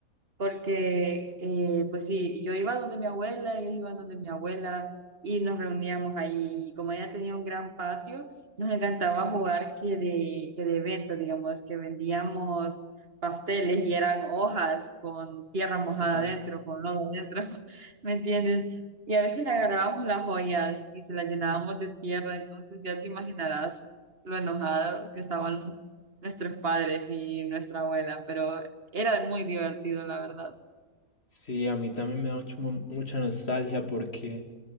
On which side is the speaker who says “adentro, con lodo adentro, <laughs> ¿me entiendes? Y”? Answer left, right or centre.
Right